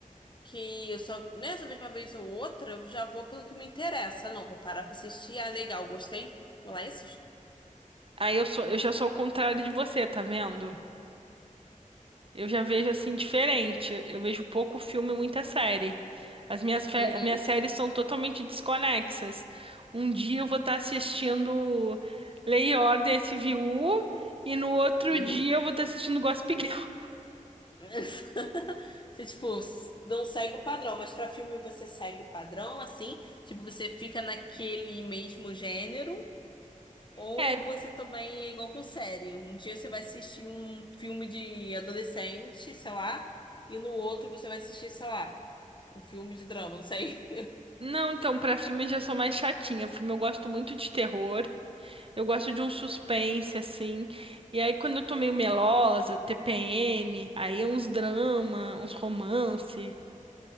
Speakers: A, on the left (about 35°); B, on the right (about 40°).
A: que eu só, né, só vejo uma vez ou outra, eu já vou pelo que me interessa. Não, vou parar pra assistir. Ah, legal, gostei. Vou lá e assisto.
B: Aí eu sou, eu já sou ao contrário de você, tá vendo? Eu já vejo assim diferente. Eu vejo pouco filme e muita série. As minhas, fe-
A: Uhum,
B: as minhas séries são totalmente desconexas. Um dia eu vou estar assistindo Lei e Ordem SVU e no outro
A: uhum.
B: dia eu vou estar assistindo Gossip Girl.
A: <laughs> Você, tipo, s- não segue o padrão, mas pra filme você segue o padrão, assim? Tipo, você fica naquele mesmo gênero?
B: <laughs>
A: Ou
B: É,
A: você também é igual com série? Um dia você vai assistir um filme de adolescente, sei lá, e no outro você vai assistir, sei lá, um filme de drama, não sei.
B: Não, então, pra filmes já sou mais chatinha. Filme eu gosto muito de terror. Eu gosto de um suspense, assim. E aí, quando eu tô meio melosa, TPM, aí é uns drama, uns romance.